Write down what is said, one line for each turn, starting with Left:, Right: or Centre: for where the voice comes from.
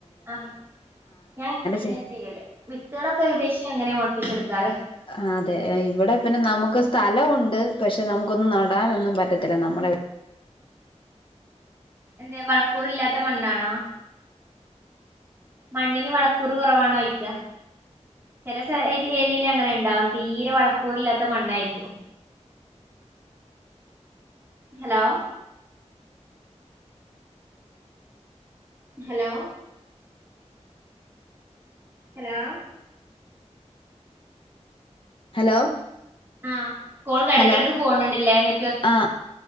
Right: ആഹ് ഞാൻ ഇതെക്കെ ഇങ്ങനെയ
Left: ചെയ്
Right: ചെയ്യല് വിത്തുകളൊക്കെ ഏകദേശം ഇങ്ങനെയ മുളപ്പിച്ചെടുക്കാറ്
Left: ആഹ് അതെ ഇവിടെ പിന്നെ നമുക്ക് സ്ഥലം ഉണ്ട് പക്ഷെ നമുക്കൊന്നും നടാനൊന്നും പറ്റത്തില്ല നമ്മുടെ
Right: എന്തേ വളക്കൂറില്ലാത്ത മണ്ണാണോ മണ്ണിന് വളക്കൂറ് കൊറവാണോയ്ക്ക ചെല സെ ഏരിയയിൽ അങ്ങനെണ്ടാവും തീരെ വളക്കൂറില്ലാത്ത മണ്ണായിരിക്കും
Left: <inaudible>
Right: ഹലോ ഹലോ ഹലോ
Left: ഹലോ
Right: ആഹ് കോൾ എടക്കിടക്ക്
Left: ഹലോ
Right: പോണ് ണ്ടില്ലെ നെ
Left: ആഹ്